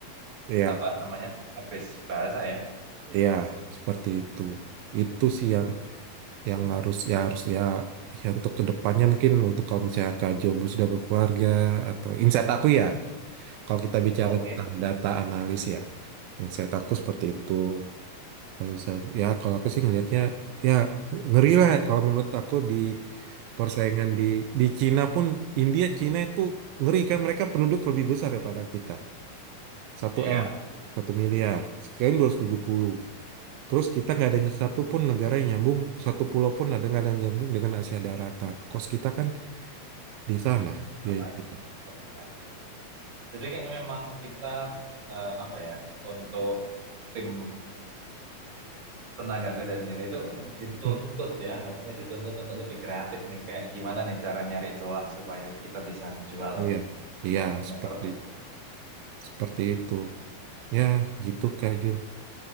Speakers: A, on the right; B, on the right.
A: Iya,
B: apa namanya database bahasa ya.
A: iya, seperti itu. Itu sih yang yang harus ya harus ya ya untuk kedepannya mungkin untuk kalau misalnya Kak Jobu sudah berkeluarga atau insight aku ya kalau kita bicara
B: Oke.
A: tentang data analis ya insight aku seperti itu kalau bisa ya kalau aku sih ngelihatnya ya ngeri lah kalau menurut aku di persaingan di di Cina pun India Cina itu ngeri kan mereka penduduk lebih besar daripada kita satu
B: Iya,
A: M satu miliar sekian dua ratus tujuh puluh Terus kita nggak ada satu pun negara yang nyambung, satu pulau pun ada nggak ada yang nyambung dengan Asia daratan. Kos kita kan di sana biaya
B: lumayan.
A: kita.
B: lumayan. Jadi kayaknya memang kita eh, apa ya untuk tim tenaga kerja sendiri itu dituntut
A: Hmm,
B: ya, makanya dituntut untuk lebih kreatif nih. Kayak gimana nih cara nyari celah supaya kita bisa jual
A: Iya, iya
B: Nah,
A: seperti
B: service
A: seperti itu. Ya gitu Kak Jo.